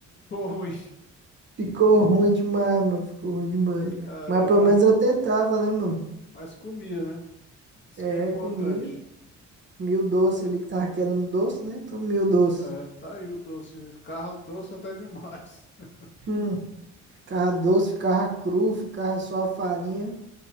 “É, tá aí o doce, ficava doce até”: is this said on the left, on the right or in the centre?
Left